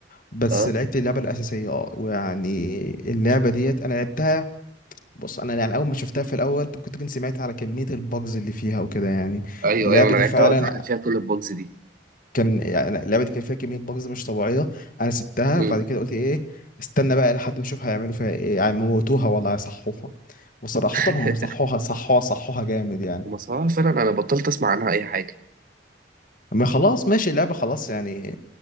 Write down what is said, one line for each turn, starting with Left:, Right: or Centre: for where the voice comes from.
Left: بس
Right: اه
Left: لعبت اللعبه الاساسيه اه ويعني اللعبه ديت انا لعبتها بص انا يعني اول ما شفتها في الاول انت كنت كنت سمعت على كميه البجز اللي فيها وكده يعني
Right: ايوه
Left: اللعبه
Right: ايوه انا
Left: دي
Right: لعبتها
Left: فعلا
Right: وقتها كان فيها كل البوكس دي
Left: كان يعني اللعبه دي كان فيها كميه بجز مش طبيعيه انا سبتها
Right: مم.
Left: وبعد كده قلت ايه استنى بقى لحد ما اشوف هيعملوا فيها ايه هيموتوها ولا هيصحوها وصراحه
Right: <laughs>
Left: هم صحوها صحوها صحوها جامد يعني
Right: ومصراعة فعلا انا بطلت اسمع عنها اي حاجه
Left: ما خلاص ماشي اللعبه خلاص يعني